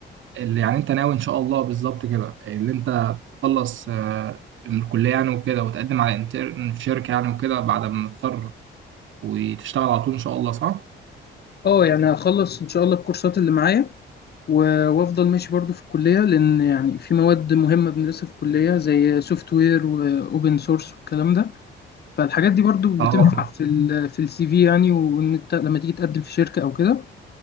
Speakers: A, on the right; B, on the left.
A: اللي يعني أنت ناوي إن شاء الله بالظبط كده اللي أنت تخلص آه، من الكلية يعني وكده وتقدم على انترن في شركة يعني وكده بعد ما تتخرج وتشتغل على طول إن شاء الله صح؟
B: اه يعني هخلص ان شاء الله الكورسات اللي معايا و- وافضل ماشي برضو في الكليه لان يعني في مواد مهمه بندرسها في الكليه زي سوفت وير واوبن سورس والكلام ده فالحاجات دي برضو بتنفع
A: أه
B: في ال في السي في يعني وان انت لما تيجي تقدم في شركه او كده